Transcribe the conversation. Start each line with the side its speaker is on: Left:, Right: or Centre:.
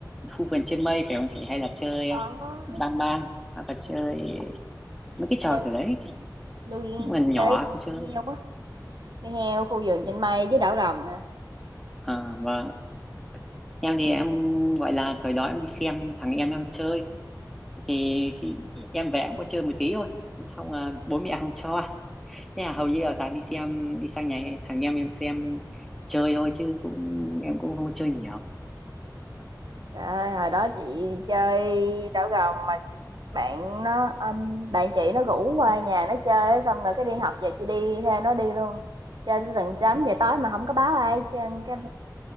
Centre: khu vườn trên mây phải không chị hay là chơi
Right: Có.
Centre: ờ, bang bang hoặc là chơi mấy cái trò
Right: Chơi
Centre: kiểu đấy chị
Right: nuôi
Centre: Nhưng mà nhỏ
Right: chị chơi game
Centre: không chơi
Right: nuôi heo á, nuôi heo khu vườn trên mây với đảo rồng nè.
Centre: à, vâng em thì em gọi là thời đó em đi xem thằng em em chơi thì khi em về em có chơi một tí thôi xong là bố mẹ không cho thế là hầu như là toàn đi xem đi sang nhà thằng em em xem chơi thôi chứ cũng em cũng không có chơi nhiều
Right: Trời ơi, hồi đó chị chơi đảo rồng, bạn nó, ừm, bạn chị nó rủ qua nhà nó chơi xong rồi cái đi học về chị đi theo nó đi luôn. Chơi tới tận 8:00 tối mà không có báo ai hết cái